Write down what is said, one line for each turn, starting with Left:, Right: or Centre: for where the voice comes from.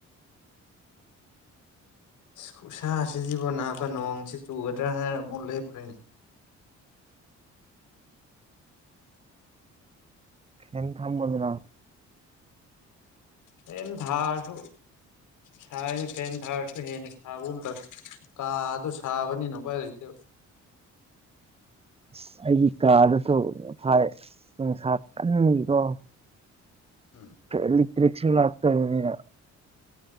Left: ꯈꯨꯁꯥꯁꯤꯗꯤꯕꯨ ꯅꯥꯕ ꯅꯣꯡꯁꯤ ꯆꯨꯒꯗ꯭ꯔꯥ ꯍꯥꯏꯅ ꯑꯃꯨꯛ ꯂꯦꯞꯈ꯭ꯔꯦꯅꯤ
Right: ꯁꯦꯟ ꯊꯝꯃꯅꯤꯅ
Left: ꯐꯦꯟ ꯊꯥꯔꯁꯨ ꯁꯥꯏ ꯐꯦꯟ ꯊꯔꯁꯨ ꯍꯦꯟꯅ ꯁꯥꯕꯒꯨꯝ ꯇꯧꯏ ꯀꯥ ꯑꯗꯨ ꯁꯥꯕꯅꯤꯅꯀꯤ ꯂꯩꯇꯦ
Right: ꯑꯁ ꯑꯩꯒꯤ ꯀꯥꯗꯁꯨ ꯐꯥꯏ ꯅꯨꯡꯁꯥ ꯀꯟꯀꯣ
Left: ꯎꯝ
Right: ꯐꯦꯂꯤꯛꯇꯔꯦꯛꯁꯨ ꯂꯥꯛꯇꯕꯅꯤꯅ